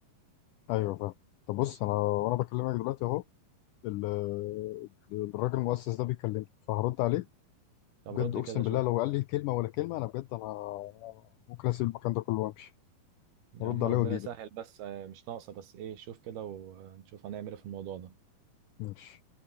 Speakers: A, on the left; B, on the right.
A: ايوه فاهم طب بص انا وانا بكلمك دلوقتي اهو ال- الراجل المؤسس ده بيكلمني فهرد عليه
B: طب
A: بجد
B: رد
A: اقسم
B: كده شوف
A: بالله لو قال لي كلمه ولا كلمه انا بجد انا ممكن اسيب المكان ده كله وامشي
B: يا
A: هرد
B: عم
A: عليه
B: ربنا
A: واجي
B: يسهل
A: لك
B: بس آه، مش ناقصه بس ايه شوف كده ونشوف هنعمل ايه في الموضوع ده
A: ماشي